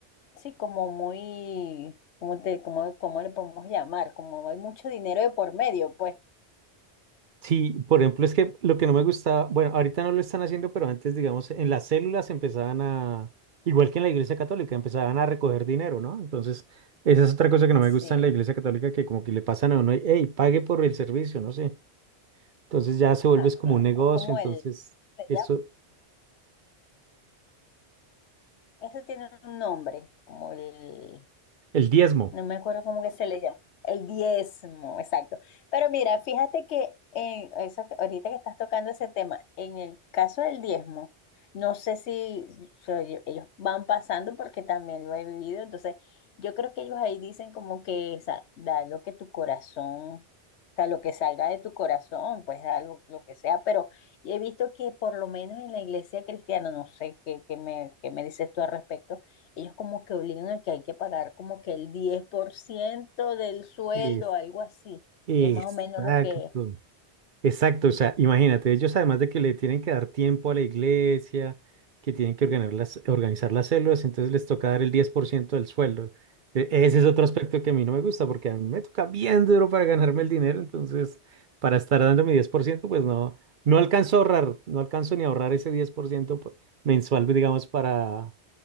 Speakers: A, on the left; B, on the right.
A: sí, como muy, ¿cómo te, cómo, cómo le podemos llamar? Como hay mucho dinero de por medio, pues
B: Sí, por ejemplo, es que lo que no me gustaba, bueno, ahorita no lo están haciendo, pero antes, digamos, en las células empezaban a, igual que en la Iglesia Católica, empezaban a recoger dinero, ¿no? Entonces, esa es otra cosa que no me
A: sí.
B: gusta en la Iglesia Católica, que como que le pasan a uno, hey, pague por el servicio, no sé. Entonces ya se vuelve
A: Ah,
B: es como un negocio,
A: Es como
B: entonces,
A: el, allá,
B: eso,
A: eso tiene un nombre, como el,
B: el diezmo.
A: No me acuerdo cómo que se le llama. El diezmo, exacto. Pero mira, fíjate que en eso, que- ahorita que estás tocando ese tema, en el caso del diezmo, no sé si so- yo- ellos van pasando porque también lo he vivido. Entonces, yo creo que ellos ahí dicen como que sa- da lo que tu corazón, o sea, lo que salga de tu corazón, pues da lo, lo que sea. Pero he visto que por lo menos en la iglesia cristiana, no sé qué, qué me, qué me dices tú al respecto ellos como que obligan a que hay que pagar como que el 10% del sueldo,
B: Es,
A: algo así.
B: exacto.
A: Es más o menos lo que...
B: Exacto, o sea, imagínate, ellos además de que le tienen que dar tiempo a la iglesia, que tienen que organizar las, organizar las células, entonces les toca dar el 10% del sueldo. E- Ese es otro
A: Sí.
B: aspecto que a mí no me gusta, porque a mí me toca bien duro para ganarme el dinero, entonces para estar dando mi 10%, pues no, no alcanzo a ahorrar, no alcanzo ni a ahorrar ese 10% po- mensual, digamos, para,